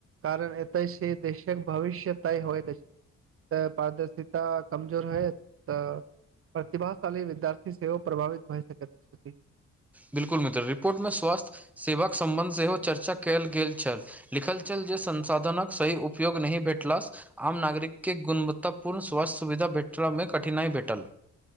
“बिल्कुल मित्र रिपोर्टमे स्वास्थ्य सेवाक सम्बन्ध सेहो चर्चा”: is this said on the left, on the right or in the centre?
Centre